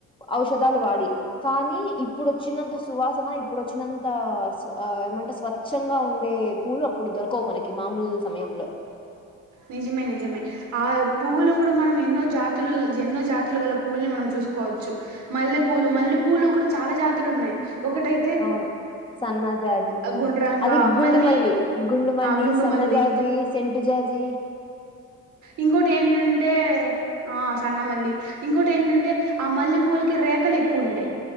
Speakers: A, on the left (about 15°); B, on the right (about 70°).
A: ఔషధాలు వాడి కానీ ఇప్పుడొచ్చినంత సువాసన ఇప్పుడొచ్చినంత ఆ ఏమంటే స్వ స్వచ్చంగా ఉండే పూలు అప్పుడు దొరకవు మనకి మామూలు సమయంలో
B: నిజిమే నిజిమే ఆ పువ్వులు కూడా మనం ఎన్నో జాతులు ఎన్నో జాతులు గల పువ్వుల్ని మనం చూసుకోవచ్చు మల్లె పూలు మల్లె పూలు లో కూడా చాలా జాతులు ఉన్నాయి ఒకటై
A: అవును సన్నజాజి
B: గుండ్రంగా
A: అది గుండు
B: మళ్ళీ
A: మల్లి గుండు మల్లి
B: ఆ గుండు
A: సన్నజాజి
B: మల్లి
A: సెంటూజాజీ
B: ఇంకోటి ఏంటంటే ఆ సన్న మల్లి ఇంకోటి ఏంటంటే ఆ మల్లె పూలకి రేఖలు ఎక్కువ ఉంటాయి